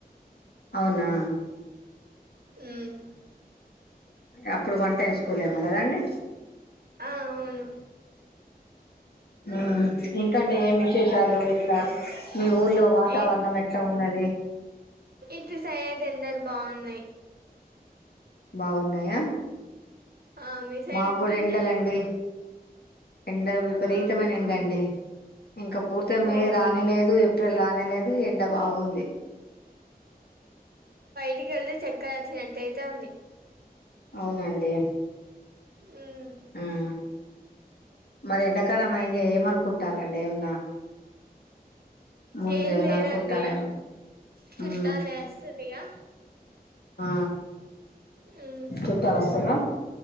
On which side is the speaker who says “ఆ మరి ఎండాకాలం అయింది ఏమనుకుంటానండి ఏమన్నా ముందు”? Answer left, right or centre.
Left